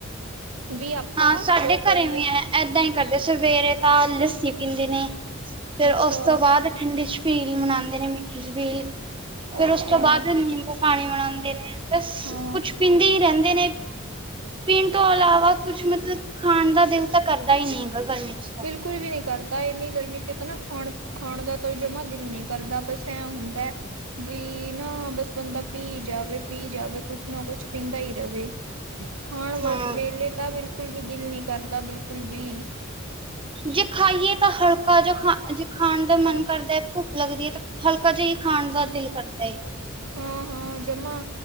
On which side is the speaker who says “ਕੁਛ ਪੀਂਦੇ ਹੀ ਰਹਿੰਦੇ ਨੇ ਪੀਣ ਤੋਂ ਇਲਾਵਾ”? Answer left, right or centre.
Right